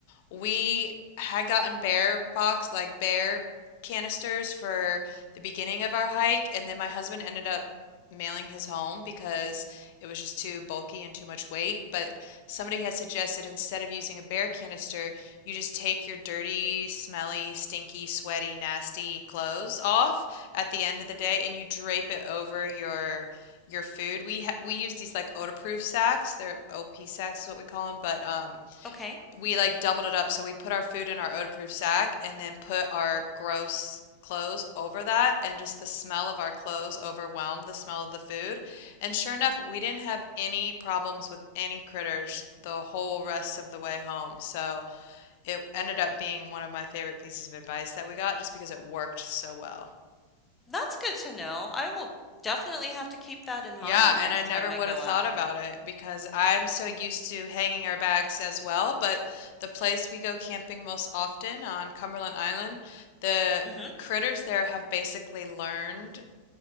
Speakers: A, on the left; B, on the left.
A: We had gotten bear box, like bear canisters for the beginning of our hike, and then my husband ended up mailing his home because it was just too bulky and too much weight. But somebody had suggested instead of using a bear canister, you just take your dirty, smelly, stinky, sweaty, nasty clothes off at the end of the day and you drape it over your your food. We ha we use these like odor-proof sacks. They're OP sacks is what we call them, but um
B: Okay.
A: we like doubled it up. So we put our food in our odor-proof sack and then put our gross clothes over that, and just the smell of our clothes overwhelmed the smell of the food. And sure enough, we didn't have any problems with any critters the whole rest of the way home. So it ended up being one of my favorite pieces of advice that we got just because it worked so well.
B: That's good to know. I will definitely have to keep that in mind
A: Yeah,
B: the next
A: and I never
B: time I
A: would
B: go
A: have thought
B: out.
A: about it because I'm so used to hanging our bags as well. But the place we go camping most often on Cumberland Island, the
B: hmm
A: critters there have basically learned